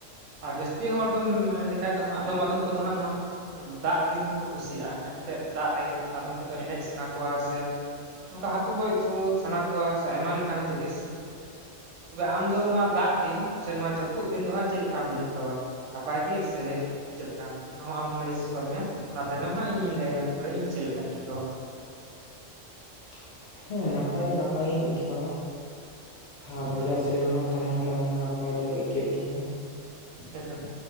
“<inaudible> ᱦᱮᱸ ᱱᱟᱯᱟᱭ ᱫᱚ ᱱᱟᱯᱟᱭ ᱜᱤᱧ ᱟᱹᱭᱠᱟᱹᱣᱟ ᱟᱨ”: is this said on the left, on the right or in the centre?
Left